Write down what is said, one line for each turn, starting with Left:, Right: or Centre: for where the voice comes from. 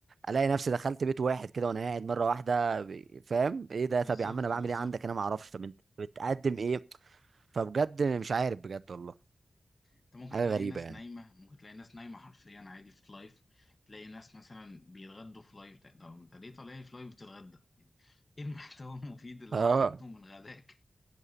Right: الاقي نفسي دخلت بيت واحد كده وانا قاعد مره واحده ب- فاهم ايه ده طب
Left: بالظبط
Right: يا عم انا بعمل
Left: بالظبط
Right: ايه عندك انا ما اعرفش طب انت بتقدم ايه فبجد مش عارف بجد والله
Left: انت ممكن
Right: حاجه
Left: تلاقي
Right: غريبه
Left: ناس
Right: يعني
Left: نايمه ممكن تلاقي ناس نايمه حرفيا عادي في لايف تلاقي ناس مثلا بيتغدوا في لايف ده ده انت ليه طالع لي في لايف بتتغدى يعني ايه المحتوى المفيد اللي
Right: اه
Left: انا خدته من غداك